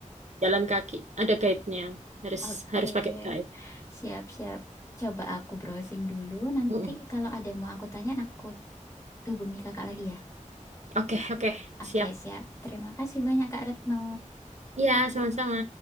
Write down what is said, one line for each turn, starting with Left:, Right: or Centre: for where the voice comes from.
Right: jalan kaki. Ada guide-nya. Harus
Left: Oke,
Right: harus pakai guide.
Left: siap-siap. Coba aku browsing dulu. Nanti
Right: Mm.
Left: kalau ada yang mau aku tanya, aku hubungi kakak lagi ya.
Right: Oke, oke, siap.
Left: Oke, siap. Terima kasih banyak Kak Retno.
Right: Ya, sama-sama.